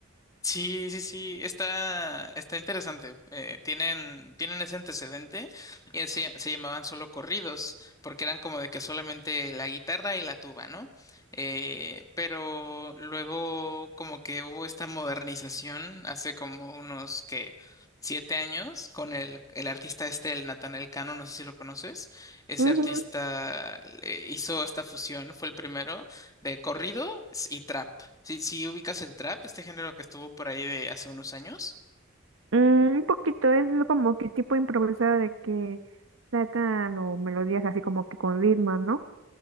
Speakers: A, on the left; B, on the right.
A: Sí, sí, sí, está, está interesante. Eh, tienen, tienen ese antecedente y se, se llamaban solo corridos, porque eran como de que solamente la guitarra y la tuba, ¿no? Eh, pero luego como que hubo esta modernización hace como unos que siete años con el, el artista este, el Natanael Cano, no sé si lo conoces. Ese
B: Ujú.
A: artista eh, hizo esta fusión, fue el primero de corrido y trap. Si, si ubicas el trap, este género que estuvo por ahí de hace unos años,
B: Mm, un poquito, es como que tipo improvisado de que sacan o melodías así como que con ritmo, ¿no?